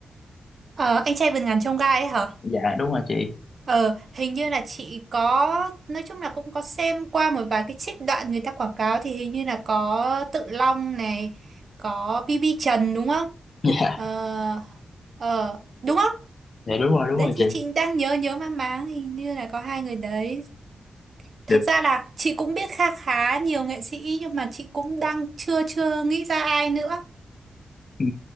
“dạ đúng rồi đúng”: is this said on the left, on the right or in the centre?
Left